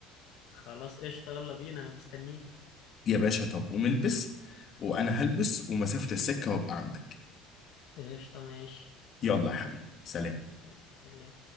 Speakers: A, on the left; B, on the left.
A: خلاص قشطه يلا بينا انا مستنيك
B: يا باشا طب قوم البس وانا هلبس ومسافه السكه وابقى عندك
A: قشطه ماشي
B: يلا يا حبيبي سلام
A: يلا سلام